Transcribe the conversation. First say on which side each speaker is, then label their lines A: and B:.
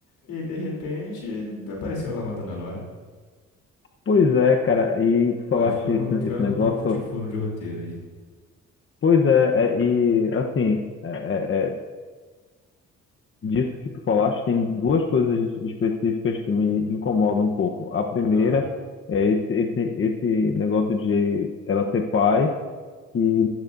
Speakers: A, on the left; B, on the left.
A: E aí, de repente, apareceu lá matando a Nora.
B: pois é, cara, e tu falaste
A: Acho que foram,
B: esse,
A: tiveram
B: esse negócio,
A: um pouco de furo de roteiro aí.
B: pois é, é, e assim, é, é, é, disso que tu falaste, tem duas coisas específicas que me incomodam um pouco. A primeira
A: Ah.
B: é esse, esse, esse negócio de ela ser pai, que,